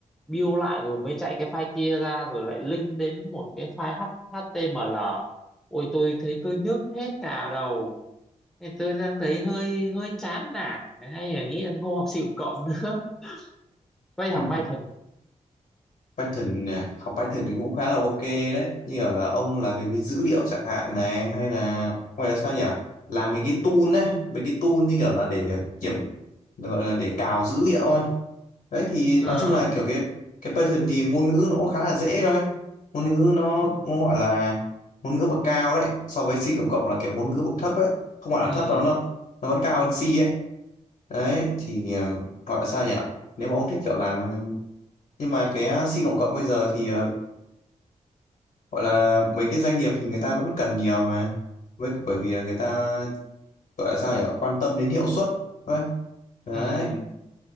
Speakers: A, in the centre; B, on the left (about 75°).
A: build lại rồi mới chạy cái file kia ra rồi lại link đến một cái file H- HTML ôi tôi thấy tôi nhức hết cả đầu nên tôi đang thấy hơi hơi chán nản hay là nghĩ là không học xịu cộng nữa <laughs> quay học
B: <laughs>
A: Python
B: Python nè, học Python thì cũng khá là ok đấy như kiểu là ông làm việc với dữ liệu chẳng hạn này hay là ngoài ra sao nhỉ làm mấy cái tool ấy mấy cái tool như kiểu là để kiểm gọi là để cào dữ liệu ấy đấy thì nói
A: ờ
B: chung là kiểu cái cái Python thì ngôn ngữ nó cũng khá là dễ thôi ngôn ngữ nó nó gọi là ngôn ngữ bậc cao đấy so với C cộng cộng là kiểu ngôn ngữ bậc thấp ấy không phải
A: ừ
B: là thấp lắm đâu nó vẫn cao hơn C ấy đấy thì ờ, gọi là sao nhỉ nếu mà ông thích kiểu làm nhưng mà cái ờ, C cộng cộng bây giờ thì ờ, gọi là mấy cái doanh nghiệp thì người ta vẫn cần nhiều mà với bởi vì là người ta gọi là sao nhỉ quan tâm đến hiệu suất thôi đấy
A: ừ